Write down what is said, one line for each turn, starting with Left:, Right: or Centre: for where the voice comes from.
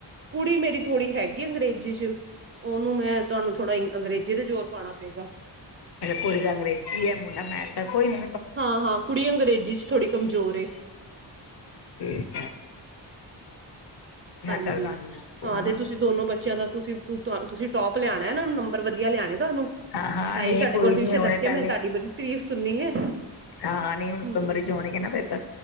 Right: ਕੁੜੀ ਮੇਰੀ ਥੋੜ੍ਹੀ ਹੈਗੀ ਅੰਗਰੇਜ਼ੀ 'ਚ, ਉਹਨੂੰ ਮੈਂ ਤੁਹਾਨੂੰ ਥੋੜਾ ਅੰਗਰੇਜ਼ੀ ਦੇ ਜ਼ੋਰ ਪਾਉਣਾ ਪਏਗਾ।
Left: ਕੋਈ ਗਲ ਨਹੀ ਜੀ, ਐ ਮੁੰਡਾ ਮੈਥ ਕੋਈ ਨ
Right: ਹਾਂ, ਹਾਂ ਕੁੜੀ ਅੰਗਰੇਜ਼ੀ 'ਚ ਥੋੜ੍ਹੀ ਕਮਜ਼ੋਰ ਏ
Left: ਤੇ <unintelligible>
Right: ਹਾਂਜੀ,
Left: ਕਰ ਦਾਂਗੀ ਉਹਦਾ ਪੂਰਾ
Right: ਹਾਂ ਤੇ
Left: ਨਾ
Right: ਤੁਸੀਂ ਦੋਨੋ ਬੱਚਿਆਂ ਦਾ ਤੁਸੀਂ ਤੁਸੀਂ ਟੋਪ ਲਿਆਣਾ ਉਹਨਾਂ ਨੂੰ ਨੰਬਰ ਵਧੀਆ ਲਿਆਣੇ ਤੁਹਾਨੂੰ।
Left: ਹਾਂ ਹਾਂ
Right: ਭਾਈ
Left: ਨਹੀਂ
Right: ਤੁਹਾਡੇ
Left: ਕੋਈ
Right: ਕੋਲ ਟਿਊਸ਼ਨ
Left: ਨੀ ਉਹਨੇ
Right: ਰੱਖੀ ਆ
Left: ਪਹਿਲੇ
Right: ਮੈਂ ਤੁਹਾਡੀ ਬੜੀ ਤਾਰੀਫ਼ ਸੁਣੀ ਹੈ
Left: ਹਾਂ, ਨਹੀਂ ਹੁਣ ਸਤੰਬਰ
Right: ਹਮ
Left: ਵਿੱਚ ਹੋਣਗੇ ਨਾ ਪੇਪਰ,